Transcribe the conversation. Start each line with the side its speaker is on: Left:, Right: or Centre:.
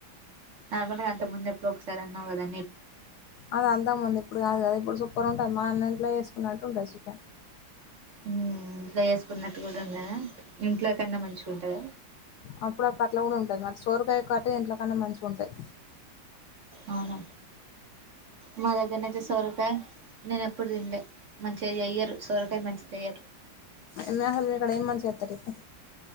Right: నార్మల్గా అంత ముందు ఎప్పుడు ఒకసారి అన్నావు కద
Left: అద అంతాక ముందు ఇప్పుడు కాదు కద ఇప్పుడు సూపర్ ఉంటది మా అన్న అప్లై ఎసుకున్నట్టు ఉంటయి చికెన్
Right: ఉ ఇంట్లో చేసుకున్నట్టు కూడా ఉండదా ఇంట్లో కన్నా మంచిగా ఉంటదా
Left: అప్పుడు అప్పుడు అట్లా కూడా ఉంటది మరి సోరకాయ కాటి ఇంట్ల కన్నా మంచిగా ఉంటయ్
Right: అవున నా దగ్గరనైతే సొర కాయ్ నేను ఎప్పుడు తిినలే మంచిగా ఎయ్యరు సోరకాయ మంచి చేయ్యరు
Left: ఎన్న హల్మిడ అక్కడ ఏం మంచిగా ఎప్పు